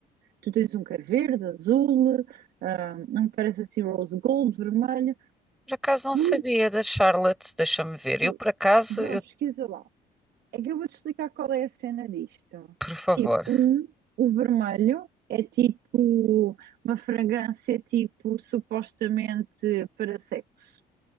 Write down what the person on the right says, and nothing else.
Tu tens um que é verde, azul, ah, um que parece assim rose gold, vermelho.
Por,
por,
vê
lá, pesquisa lá. É que eu vou-te explicar qual é a cena disto.
Tipo, um, o vermelho é tipo uma fragrância tipo supostamente para sexo.